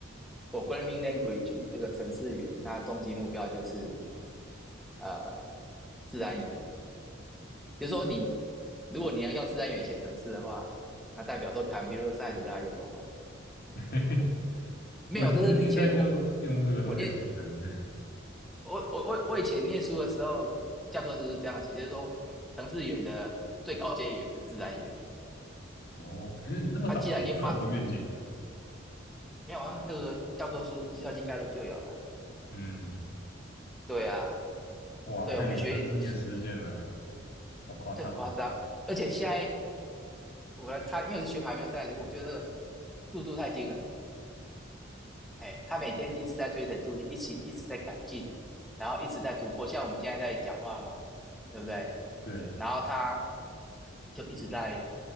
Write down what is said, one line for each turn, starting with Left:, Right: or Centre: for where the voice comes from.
Centre: programming language 这个程式语言，那终极目标就是呃自然语言，就是说你如果你能用自然语言写程式的话，那代表说 computer science 大家就走完。
Left: <laughs>
Centre: 没有，
Left: 我其实现在就用这个东西挺真实。
Centre: 这是以前我我念我我我我以前念书的时候，教科书是这样写，就是说程式语言的最高阶语言就是自然语言。
Left: 哦，可是那么早期就有这个愿景了，
Centre: 它啊既然已经发，没有啊，那个教科书《计算机概论》就有了。
Left: 嗯，
Centre: 对啊，
Left: 哇，
Centre: 对，
Left: 在有生之年实现了欸，
Centre: 我们学
Left: 好夸张，
Centre: 这很夸张，而且现在我来看，因为我是学排球赛的，我觉得这个速度太惊人了。哎，他每天一直在推陈出新，一起一直在改进，然后一直在突破。像我们现在在讲话嘛，对不对？
Left: 对，
Centre: 然后他就一直在